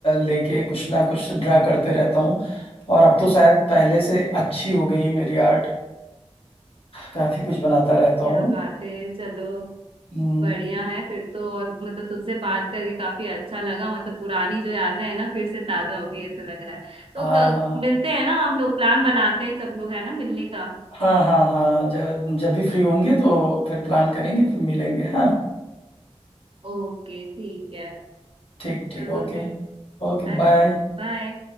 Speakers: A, on the left; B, on the right.
A: लेके कुछ ना कुछ ड्रा करते रहता हूँ और अब तो शायद पहले से अच्छी हो गई है मेरी आर्ट काफी कुछ बनाता रहता
B: क्या
A: हूँ
B: बात है चलो
A: हम्म,
B: बढ़िया है फिर तो और मतलब तुमसे बात करके काफी अच्छा लगा मतलब पुरानी जो यादें हैं ना फिर से ताजा हो गई ऐसा लग रहा है तो
A: हाँ
B: क,
A: हाँ
B: मिलते हैं ना हम लोग प्लान बनाते हैं सब लोग है ना मिलने का
A: हाँ हाँ हाँ जब जब भी फ्री होंगे तो फिर प्लान करेंगे फिर मिलेंगे हाँ
B: ओके ठीक है
A: ठीक ठीक
B: चलो
A: ओके
B: फिर
A: Okay
B: है ना
A: bye
B: बाय